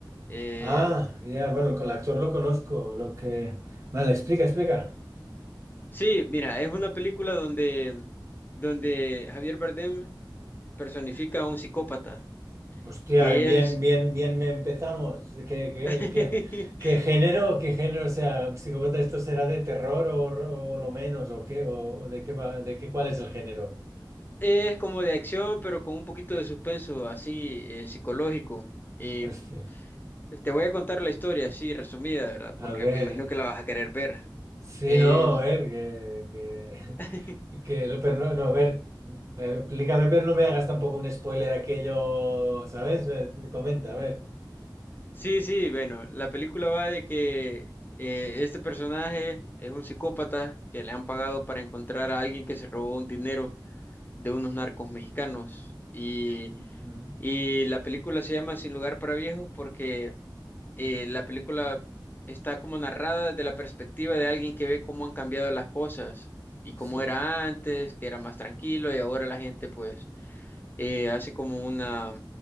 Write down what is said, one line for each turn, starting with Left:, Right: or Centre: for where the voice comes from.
Left: Eh,
Right: Ah, ya, bueno, el actor lo conozco. Lo que... Vale, explica, explica.
Left: sí, mira, es una película donde, donde Javier Bardem personifica a un psicópata,
Right: Hostia,
Left: que
Right: bien,
Left: es,
Right: bien, bien me empezamos. ¿Qué, qué,
Left: <laughs>
Right: qué, qué género? ¿Qué género? O sea, psicópata, ¿esto será de terror o, o lo menos? ¿O qué? ¿O de qué va? ¿De qué cuál es el género?
Left: es como de acción, pero con un poquito de suspenso así eh, psicológico. Eh,
Right: Hostia.
Left: Te voy a contar la historia así resumida, ¿verdad?
Right: A
Left: Porque
Right: ver.
Left: me imagino que la vas a querer ver.
Right: Sí,
Left: Em,
Right: no, a ver, que,
Left: <laughs>
Right: que, <laughs> que lo- pero no, no, a ver, eh, explícame, pero no me hagas tampoco un spoiler aquello, ¿sabes? Eh, Comenta, a ver.
Left: sí, sí, bueno, la película va de que eh, este personaje es un psicópata que le han pagado para encontrar a alguien que se robó un dinero de unos narcos mexicanos. Y,
Right: Mm,
Left: y la película se llama Sin lugar para viejos porque eh, la película está como narrada desde la perspectiva de alguien que ve cómo han cambiado las cosas y cómo
Right: Sí,
Left: era antes, que era más tranquilo y ahora la gente pues eh, hace como una,